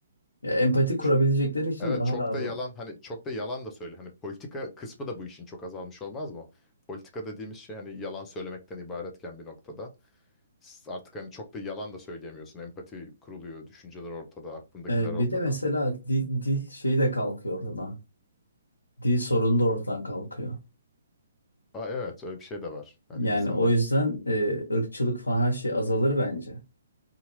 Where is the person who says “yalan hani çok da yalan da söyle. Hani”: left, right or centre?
Left